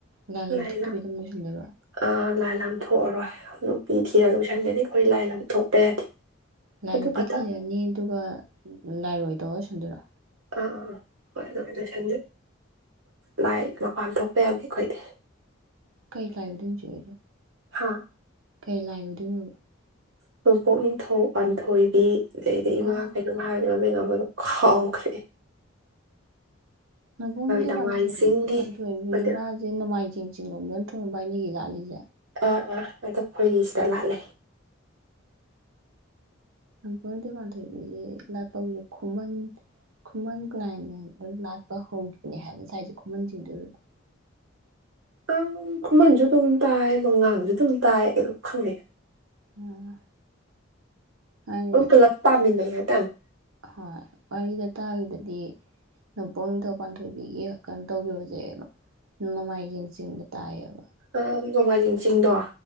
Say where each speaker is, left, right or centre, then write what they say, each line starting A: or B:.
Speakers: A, on the right (about 85°); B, on the right (about 65°).
A: ꯂꯥꯂꯝ
B: ꯂꯥꯏ
A: ꯊꯣꯛꯇꯕꯤ
B: ꯂꯥꯝ
A: ꯑꯗꯨꯝ ꯂꯣꯏꯁꯤꯟꯗꯕ
B: ꯑꯥ ꯂꯥꯏ ꯂ ꯑꯃ ꯊꯣꯛꯑꯔꯣꯏ ꯅꯨꯄꯤ ꯊꯤꯔ ꯂꯣꯏꯁꯟꯒꯅꯤ ꯑꯩꯈꯣꯏ ꯂꯥꯏ ꯂ ꯊꯣꯛꯄ ꯌꯥꯗꯦ
A: ꯂꯥꯏ
B: ꯑꯗꯨ
A: ꯅꯨꯄꯤ
B: ꯈꯛꯇꯪ
A: ꯊꯤꯔꯅꯤ ꯑꯗꯨꯒ ꯂꯥꯏꯔꯣꯏ ꯇꯣꯁꯟꯗꯣꯏꯔꯣ
B: ꯑ ꯑ ꯑ ꯍꯣꯏꯑꯗꯨ ꯂꯣꯏꯁꯅꯗ ꯂꯥꯏ ꯃꯄꯥꯟ ꯊꯣꯛꯄ ꯌꯥꯗꯦ ꯑꯩꯈꯣꯏꯗꯤ
A: ꯀꯩ ꯂꯥꯏꯑꯣꯏꯗꯣꯏꯅꯣ ꯆꯣꯍꯧꯕꯣ
B: ꯍꯥ
A: ꯀꯩ ꯂꯥꯏ ꯑꯣꯏꯗꯣꯏꯅꯣꯕ
B: ꯅꯣꯡꯄꯣꯛ ꯅꯤꯡꯊꯧ ꯄꯥꯟꯊꯣꯏꯕꯤ ꯑꯗꯩꯗꯤ ꯏꯃꯥ
A: ꯑꯣ
B: ꯀꯩꯅꯣꯝ ꯍꯥꯏꯔꯅꯦ ꯃꯃꯤꯡꯗꯣ <unintelligible> ꯍꯥꯎꯈ꯭ꯔꯦ
A: ꯅꯕꯨꯡ
B: ꯂꯋꯥꯏ ꯆꯤꯡꯒꯤ
A: ꯄꯥꯟꯊꯣꯏꯕꯤ
B: ꯑꯩꯈꯣꯏꯗ
A: ꯃꯥꯦ ꯅꯃꯥꯏꯖꯤꯤꯡ ꯆꯤꯡ ꯂꯣꯝꯅ ꯊꯣꯏ ꯅꯒꯦ ꯜꯂꯤ ꯂꯥ
B: ꯑꯥ ꯑꯥ ꯑꯗꯨ ꯑꯩꯈꯣꯏꯒꯤ ꯁꯤꯗ ꯂꯥꯠꯂꯦ
A: ꯄꯥꯟꯊꯣꯏꯕꯤꯁꯦ ꯂꯥꯠꯄ ꯍꯧꯁꯦ ꯈꯨꯃꯟ ꯈꯨꯃꯟ ꯀ꯭ꯂꯥꯏ ꯂ ꯂꯥꯠꯄ ꯍꯧꯈꯤꯕꯅꯦ ꯍꯥꯏꯕ ꯉꯁꯥꯏꯁꯦ ꯈꯨꯃꯟꯁꯤꯡꯗꯨ ꯑꯣꯏꯔꯗꯤ
B: ꯑ ꯈꯨꯃꯟꯁꯨ ꯑꯗꯨꯝ ꯇꯥꯏ ꯃꯉꯥꯡꯁꯨ ꯑꯗꯨꯝ ꯇꯥꯏ ꯑꯗꯨꯝ ꯈꯡꯅꯩ
A: ꯑꯣ ꯍꯥꯏ
B: ꯑꯗꯨꯝ ꯄꯨꯂꯞ ꯄꯥꯃꯤꯟꯅꯩ ꯍꯥꯏꯇꯥꯔꯦ
A: ꯍꯣꯏ ꯋꯥꯔꯤꯗ ꯇꯥꯈꯤꯗ ꯍꯥꯏꯗꯤ ꯄꯨꯡ ꯅꯤꯡꯊꯧ ꯄꯥꯟꯊꯣꯏꯕꯤꯒꯤ ꯀꯩꯅꯣ ꯇꯧꯈꯤꯕꯁꯦ ꯃꯃꯥꯏꯖ ꯆꯤꯡꯕ ꯇꯥꯏꯌꯦꯕ
B: ꯑ ꯅꯣꯡꯃꯥꯏꯖꯤꯡ ꯆꯤꯡꯗꯣ